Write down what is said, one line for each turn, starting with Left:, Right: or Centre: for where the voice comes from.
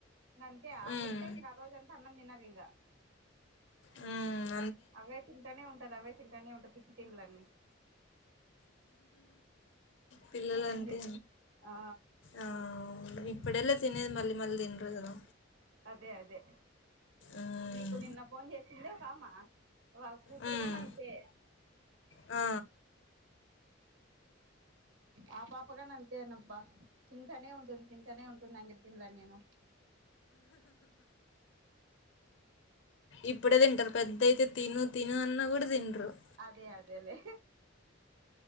Right: ఇంకా అంతే అవుంటేయ్
Left: మ్మ్.
Right: ఇంకా ఆ రోజ అంతా అన్నం తిన్నారు ఇంకా
Left: ఉ
Right: అవే తింటూనే ఉంటారు అవే తింటానే ఉంటాయి పిచ్చి తింలన్నీ
Left: పిల్లలు
Right: ఏం
Left: అంతే
Right: చేసి ఆ
Left: ఆ ఇప్పుడెలా తినేది మళ్ళీ మళ్ళీ తినరు కదా
Right: అదే అదే
Left: మ్మ్.
Right: మీకు నిన్న ఫోన్ చేసిందే ఒకమా వాళ్ళ కూతురు
Left: మ్మ్.
Right: కన్నా అంతే
Left: ఆ.
Right: ఆ పాపగా న అంతేనబ్బా తింటనే ఉంటుంది తింటనే ఉంటుంది తింటూనే ఉంటుంది అండి తిండులు అనిను
Left: ఇప్పుడే తింటారు పెద్దయితే తిను తిను అన్నా కూడా తినరు
Right: అదే అదేలే